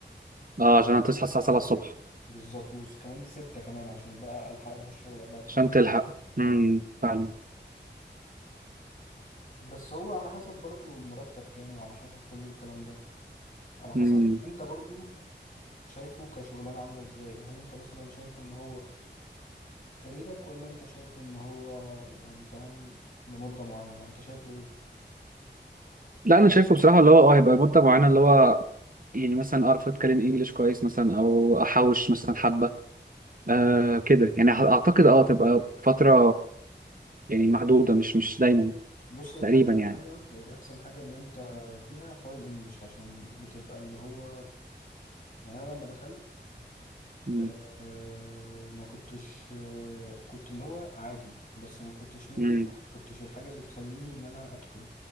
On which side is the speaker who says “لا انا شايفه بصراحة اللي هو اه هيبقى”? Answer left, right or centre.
Right